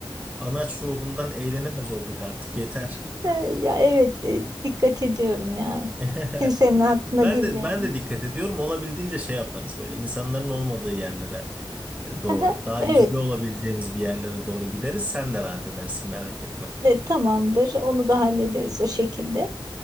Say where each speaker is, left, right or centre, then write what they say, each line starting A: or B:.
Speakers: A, on the right; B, on the right.
A: anaç ruhundan eğlenemez olduk artık yeter.
B: E, ya evet e, dikkat ediyorum ya.
A: <laughs>
B: Kimsenin hakkına
A: Ben
B: girmeyelim.
A: de ben de dikkat ediyorum. Olabildiğince şey yaparız böyle insanların olmadığı yerlere e, doğru.
B: <laughs>
A: Daha
B: Evet,
A: izole
B: evet
A: olabileceğimiz bir yerlere doğru gideriz. Sen de rahat edersin merak etme.
B: e, tamamdır. Onu da hallederiz o şekilde.